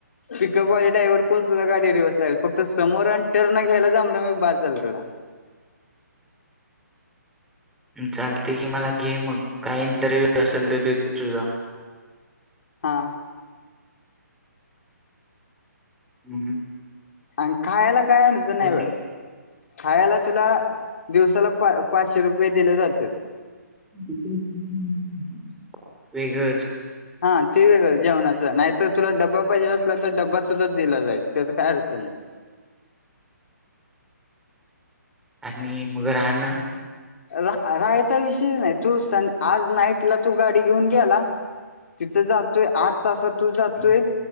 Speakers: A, on the left; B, in the centre.
A: पिकअपवाले डायव्हर कोण सुद्धा गाडी रिव्हर्स ला फक्त समोर आणि टर्न घ्यायला जमलं म बस झालं तुला.
B: चालते कि मला घे मग, काय इंटरव्ह्यू असेल तर देतो तुझा.
A: हा.
B: हम्म.
A: आणि खायला काय आणायचं नाय
B: बोल
A: ब.
B: की.
A: खायला तुला दिवसाला पा पाचशे रुपये दिले जाते.
B: <inaudible> वेगळच
A: हा ते वेगळं जेवणाचं नाही, तर तुला डब्बा पाहिजे असला तर डब्बा सुद्धा दिला जाईल. त्याच काय अडचण नाही.
B: आणि मग राहणं
A: रा राहायचा विषय नाही. तू सांग आज नाईट ला तू गाडी घेऊन गेला. तिथं जातोय आठ, तासात तू जातोय,
B: हम्म